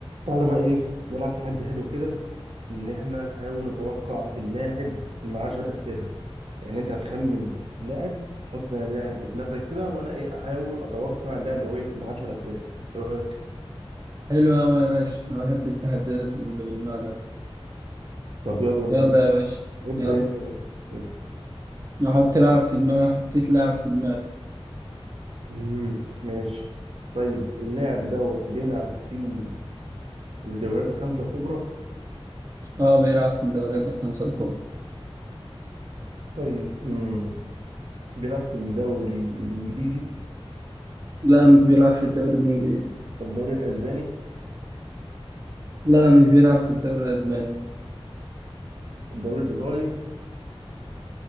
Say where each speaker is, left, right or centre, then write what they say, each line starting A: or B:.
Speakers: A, on the right (about 70°); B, on the right (about 35°).
A: تعالى بقى ايه نلعب تحدي حلو كده ان احنا نحاول نتوقع اللاعب من 10 اسئله يعني انت هتخمن لاعب تحط لاعب في دماغك كده وانا ايه احاول اتوقع اللاعب ده ايه من 10 اسئله ايه رايك
B: حلو أوي يا باشا أنا بحب التحديات اللي من النوع ده
A: طب يلا بينا
B: يلا يا باشا
A: ابدا
B: يلا
A: انت ابدأ.
B: أحط لاعب في دماغي حطيت لاعب في دماغي
A: امم ماشي طيب اللاعب دوت بيلعب في الدوريات الخمسه الكبرى
B: أه بيلعب في الدوريات الخمسة الكبرى
A: طيب امم بيلعب في الدوري الانجليزي
B: لا مش بيلعب في الدوري الإنجليزي
A: طب الدوري الاسباني
B: لا مش بيلعب في الدوري الأسباني
A: الدوري الايطالي